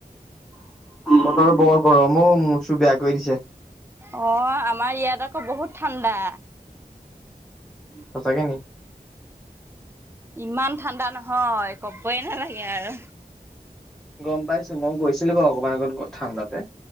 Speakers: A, in the centre; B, on the right (about 15°).
A: বতৰ বৰ গৰমো ও মূৰ-সুৰ বেয়া কৰি দিছে।
B: অ আমাৰ ইয়াত আকৌ বহুত ঠাণ্ডা।
A: সঁচাকে নি?
B: ইমান ঠাণ্ডা নহয় ক'বই নালাগে আৰু।
A: গম পাইছো মই গৈছিলো বাৰু অকমান আগত ঠাণ্ডাতে।